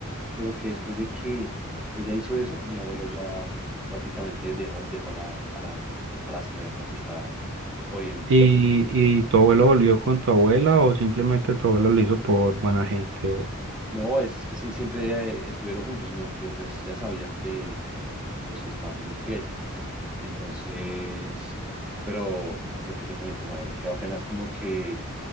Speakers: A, in the centre; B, on the right (about 60°).
A: pero que después de que ella hizo eso mi abuelo ya prácticamente dejó, dejó a la, a la, a la señora con la que estaba jodiendo.
B: ¿Y, y tu abuelo volvió con tu abuela o simplemente tu abuela lo hizo por buena gente? O...
A: No, es, es que sí, siempre eh, estuvieron juntos sino que pues ella sabía que pues que estaban siendo infiel. Entonces, pero lo que te comento, o sea, fue apenas como que